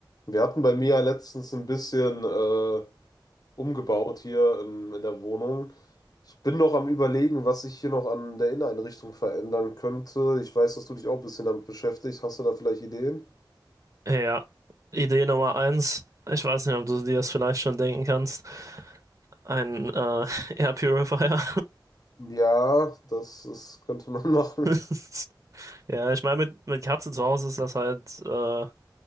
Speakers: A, on the left; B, on the right.
A: Wir hatten bei mir ja letztens ein bisschen äh, umgebaut hier in, in der Wohnung. Ich bin noch am Überlegen, was ich hier noch an der Inneneinrichtung verändern könnte. Ich weiß, dass du dich auch ein bisschen damit beschäftigst. Hast du da vielleicht Ideen?
B: Ja, Idee Nummer eins. Ich weiß nicht, ob du dir das vielleicht schon denken kannst. Ein äh, <laughs> Air Purifier.
A: Ja, das ist, könnte man <laughs> machen.
B: <laughs> Ja, ich meine, mit, mit Katze zu Hause ist das halt, äh,